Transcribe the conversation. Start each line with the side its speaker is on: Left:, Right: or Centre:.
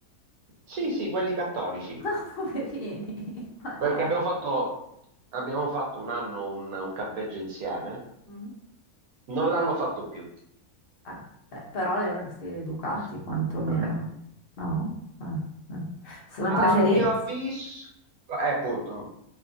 Right: Sì, sì, quelli cattolici.
Left: <laughs> Poverini, ma
Right: Perché
Left: no.
Right: abbiamo fatto, abbiamo fatto un anno un, un campeggio insieme.
Left: Mm.
Right: Non l'hanno fatto più.
Left: Eh, beh, però li avresti educati
Right: <laughs>
Left: quantomeno, no? Eh, eh. Sono
Right: A
Left: preferenze.
Right: mio avviso, eh, appunto,